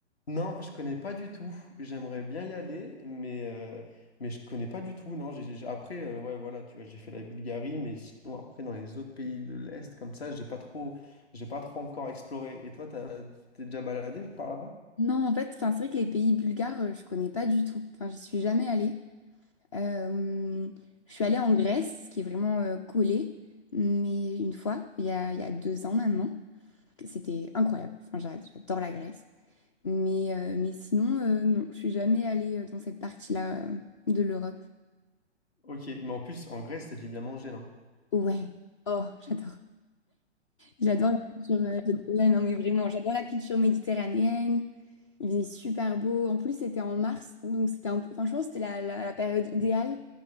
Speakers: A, on the left; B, on the left.
A: Non, je connais pas du tout. J'aimerais bien y aller, mais, euh, mais je connais pas du tout. Non, j'ai, j'ai- après, euh, ouais, voilà, tu vois, j'ai fait la Bulgarie, mais sinon, après, dans les autres pays de l'Est, comme ça, j'ai pas trop, j'ai pas trop encore exploré. Et toi, t'as, t'es déjà baladé par là-bas?
B: Non, en fait, enfin, c'est vrai que les pays bulgares, euh, je connais pas du tout. Enfin, j'y suis jamais allée. Euh, je suis allée en Grèce, qui est vraiment euh, collé, mais une fois, il y a, il y a deux ans maintenant, que c'était incroyable. Enfin, j'a- j'adore la Grèce. Mais, euh, mais sinon, euh, non, je suis jamais allée euh, dans cette partie-là euh, de l'Europe.
A: Ok, mais en plus, en Grèce, t'as dû bien manger, non?
B: Ouais. Oh, j'adore. J'adore la culture. euh, j'ad- ouais, non, mais vraiment, j'adore la culture méditerranéenne. Il faisait super beau. En plus, c'était en mars, donc c'était un peu. Enfin, je pense que c'était la, la- la période idéale